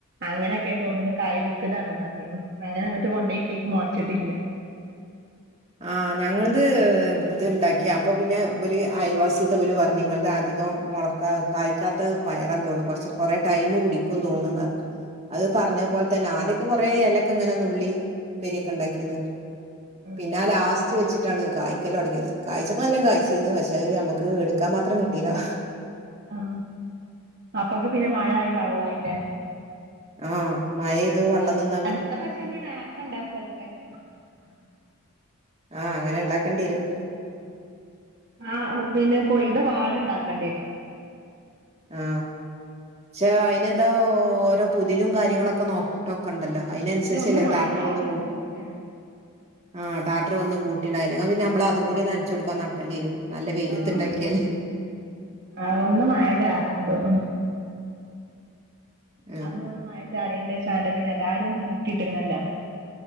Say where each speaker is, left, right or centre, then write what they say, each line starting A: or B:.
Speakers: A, on the right; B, on the right.
A: അങ്ങനെയൊക്കെ തോന്ന്ണ് കയലിച്ചതാണ്ന്ന് പറഞ്ഞീന് അങ്ങനെന്ന്ട്ട് കൊണ്ടോയിട്ടിക് മൊയച്ചിട്ടില്ല
B: ആ ഞങ്ങള്ത് ത്ണ്ടാക്കി അപ്പൊ പിന്നെ വല് അയൽവാസിൽത്തോ ല് പറഞ്ഞ് നിങ്ങൾതധികം മൊള കാ കായ്ക്കാത്ത പയറാന്ന്തോന്ന് കൊറച്ച് കൊറേ ടൈം പിടിക്കൂന്ന് തോന്ന് പറഞ്ഞ് അത് പറഞ്ഞപോലെതന്നെ ആദ്യൊക്കെ കൊറേ എലക്കെ ങ്ങനെ നുള്ളി പ്പേരിയൊക്കെണ്ടാക്കീന്
A: ഉം
B: പിന്നാ ലാസ്റ്റ് വെച്ചിട്ടാണ് കായ്ക്കല് തൊടങ്ങിയത് കായ്ച്ചപ്പം നല്ലണംകയ്ചീന് പക്ഷെ അത് നമ്മക്ക് എടുക്കാമാത്രം കി ട്ടീലാഹ്
A: അം അപ്പക്ക് പിന്നെ മഴായി വെള്ളായിലെ
B: ആ മഴയത് വെള്ളം നിന്ന്.
A: അടുത്ത പ്രാവശ്യം ന്ന് നേർത്തെ ണ്ടാക്കും ആൾക്കാര്.
B: ആഹ് അങ്ങനെ ഉണ്ടാക്കേണ്ടി വരും.
A: ആഹ് പിന്നെ കൊയ്ത പാടുണ്ടാക്കേണ്ടി വരും.
B: ആ ക്ഷ അയിനന്താ ഓരോ പുതിലും കാര്യങ്ങളൊക്കെ നോ ഒക്കെ ഉണ്ടല്ലോ അതിനനുസരിച്ചല്ലോ
A: പിന്നെ ഒന്ന് മഴ
B: ടാട്ടർ
A: ചാറണം
B: വന്ന് പൂ
A: തോന്നണില്ലേ
B: ആഹ് ടാട്ടർ വന്ന് കൂട്ടിണ്ടായില്ല അത്പിന്നെ നമ്മള അതും കൂടി നനച്ചു കൊടുക്കാ നട്ടംതിരിയും നല്ല വെയിലത്ത്ണ്ടാക്കിയാലേ
A: ആഹ് ആ ഒന്നുംമയ ചാറുന്നുണ്ട് തോന്നുന്നു.
B: ആഹ്
A: അന്നൊന്നും മയചാറിയന്റെ ശേഷം പിന്നെ എല്ലാരെന്നു മൂട്ടിട്ടിണല്ല.